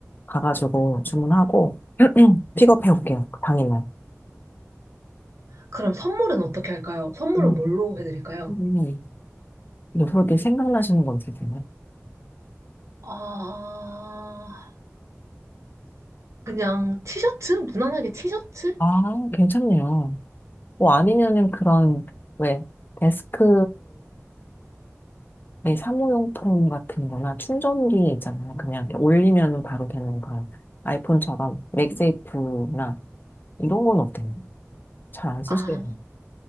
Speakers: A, on the left; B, on the right.
A: 가가지고 주문하고 <clears throat> 픽업해 올게요. 그 당일날.
B: 그럼 선물은 어떻게 할까요? 선물은
A: 음.
B: 뭘로 해드릴까요?
A: 음. 뭐 그렇게 생각나시는 건 있으세요?
B: 아, 그냥 티셔츠? 무난하게 티셔츠?
A: 아, 괜찮네요. 뭐 아니면은 그런, 왜, 데스크에 사무용품 같은 거나 충전기 있잖아요. 그냥 이렇게 올리면 바로 되는 그런 아이폰처럼 맥세이프나 이런 건 어때요? 잘 안 쓰시대요.
B: 아,